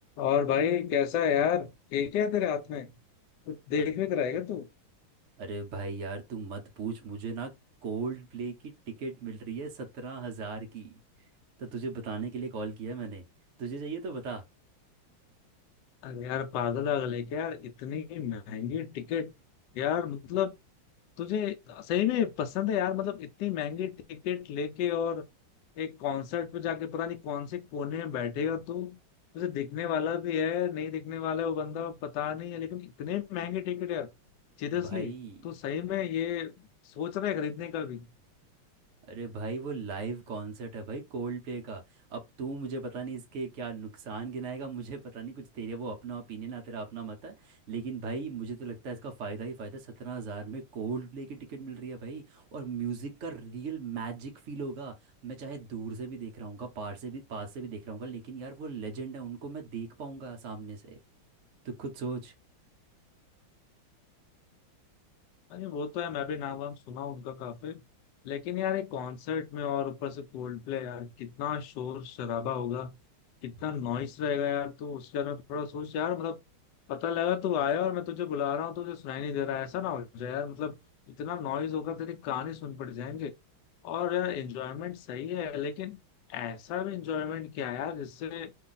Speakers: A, on the left; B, on the right.
A: और भाई कैसा है यार ये क्या है तेरे हाथ में कुछ देख
B: अ-
A: भी तो रहेगा तू
B: अरे भाई यार तू मत पूछ मुझे ना कोल्ड प्ले की टिकट मिल रही है सत्रह हजार की तो तुझे बताने के लिए कॉल किया मैंने तुझे चाहिए तो बता
A: अरे यार पागल वागल है क्या यार इतनी महंगी टिकट यार मतलब तुझे सही में पसंद है यार मतलब इतनी महंगी टिकट लेके और एक कॉन्सर्ट पे जाके पता नहीं कौन से कोने में बैठेगा तू तुझे दिखने वाला भी है नहीं दिखने वाला है वो बंदा पता नहीं है लेकिन इतने महंगे टिकट यार सीरियसली
B: भाई
A: तू सही में ये सोच रहा है खरीदने का भी
B: अरे भाई वो लाइव कॉन्सर्ट है भाई कोल्ड प्ले का अब तू मुझे पता नहीं इसके क्या नुकसान गिनाएगा मुझे पता नहीं कुछ तेरे वो अपना ओपिनियन है तेरा अपना मत है लेकिन भाई मुझे तो लगता है इसका फ़ायदा ही फ़ायदा सत्रह हज़ार में कोल्ड प्ले की टिकट मिल रही है भाई और म्यूज़िक का रियल मैजिक फील होगा मैं चाहे दूर से भी देख रहा हूँ पार से भी पास से भी देख रहा हूँ लेकिन यार वो लेजेंड है उनको मैं देख पाऊंगा सामने से तू खुद सोच
A: अरे वो तो है मैं भी नाम वाम सुना हूं उनका काफी लेकिन यार एक कॉन्सर्ट में और ऊपर से कोल्ड प्ले यार कितना शोर शराबा होगा कितना नॉइस रहेगा यार तो उसके बारे में थोड़ा सोच यार मतलब पता लगा तू आया और मैं तुझे बुला रहा हूँ तो तुझे सुनाई नहीं दे रहा है। ऐसा ना हो जाए यार मतलब इतना नॉइस होगा तेरी कान ही सुन पड़ जाएंगे और यार एंजॉयमेंट सही है लेकिन ऐसा भी एंजॉयमेंट क्या है यार जिससे